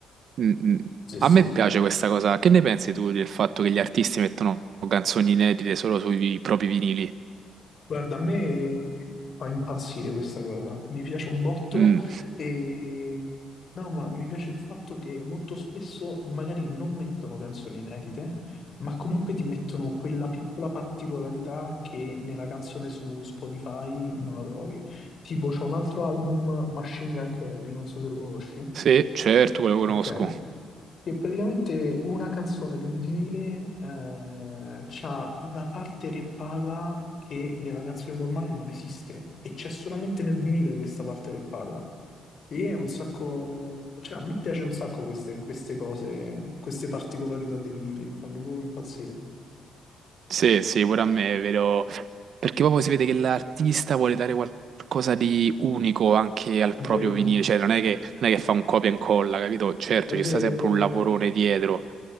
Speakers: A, on the right; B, on the left.
A: mm, mm,
B: sì, sì.
A: a me piace questa cosa. Che ne pensi tu del fatto che gli artisti mettono canzoni inedite solo sui vi- propri vinili?
B: Guarda, a me fa impazzire questa cosa, mi piace un botto
A: Mm,
B: e no, ma mi piace il fatto che molto spesso magari non mettono canzoni inedite, ma comunque ti mettono quella piccola particolarità che nella canzone su Spotify non la trovi. Tipo, c'è un altro album, Machine Gun Kelly, non so se lo conosci,
A: Sì, certo, quello conosco.
B: ok? che praticamente una canzone del vinile eh, c'ha una parte reppata che nella canzone normale non esiste e c'è solamente nel vinile questa parte reppata. E è un sacco, cioè a me piace un sacco queste, queste cose, queste particolarità dei vinili, mi fanno proprio impazzire.
A: Sì, sì, pure a me è vero, perché proprio si vede che l'artista vuole dare qualcosa di unico anche al
B: È vero,
A: proprio vinile, cioè non è che, non è che fa un copia e incolla, capito? Certo,
B: è vero,
A: ci sta sempre
B: è vero,
A: un
B: è
A: lavorone
B: vero.
A: dietro,